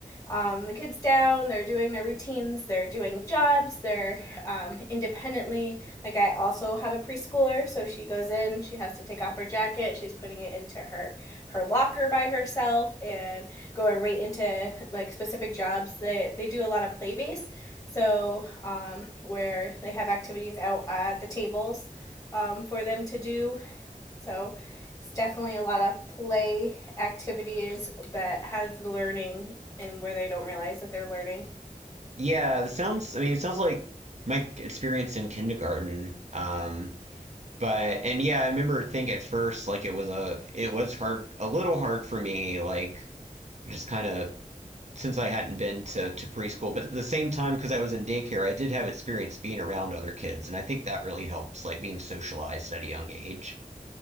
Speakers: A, on the left; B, on the right.
A: um, the kids down, they're doing their routines, they're doing jobs, they're um, independently. Like I also have a preschooler, so she goes in, she has to take off her jacket, she's putting it into her her locker by herself, and going right into like specific jobs. They they do a lot of play based, so um, where they have activities out at the tables um, for them to do. So it's definitely a lot of play activities that has the learning and where they don't realize that they're learning.
B: Yeah, it sounds, I mean, it sounds like my experience in kindergarten. Um, but, and yeah, I remember think at first, like it was a, it was hard, a little hard for me, like just kind of since I hadn't been to, to preschool. But at the same time, because I was in daycare, I did have experience being around other kids. And I think that really helps, like being socialized at a young age.